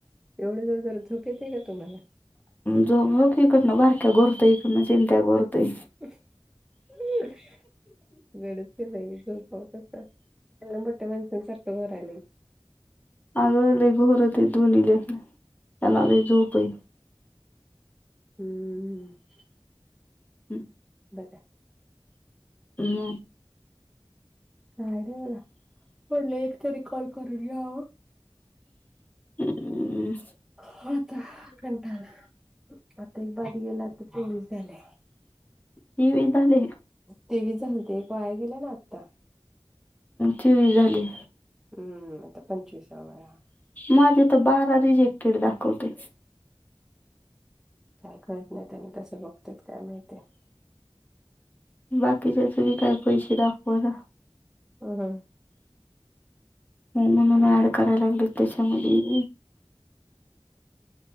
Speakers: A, in the centre; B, on the left.
A: एवढं जोर - जोरात. झोप येतेय का तुम्हाला?
B: झो बघ, इकडनं बारक्या गोरतंय. इकडनं. चिंट्या गोरतंय.
A: <unintelligible> अवगडचय बाई, झोपावं कसं? चांगलं मोठ्या माणसासारखं घोरायलंय.
B: आगं, लय घोरतेत, दोन्ही लेकरं. त्यांनाला झोपय.
A: हम्म, हम्.
B: हम्.
A: बरं.
B: म.
A: काय नाही बघा. म्हणलं, एक तरी कॉल करून घ्यावं.
B: हम्.
A: हो, आता कंटाला. आता एक बाद गेला. आता चोवीस झाले.
B: तेवीस झाले.
A: तेवीस झालते. एक वाया गेला ना आत्ता.
B: चोवीस झाली.
A: हम्म, आता पंचवीसावाय हा.
B: माझे तर, बारा रिजेक्टेड दाखवतय.
A: काय कळत नाही. त्यांनी तसं बघत्यात काय माहितीय?
B: बाकीच्याच बी काय पैसे दाखव ना.
A: ह, ह.
B: म्हणून ऍड करायला लागलेत, त्याच्यामधी बी.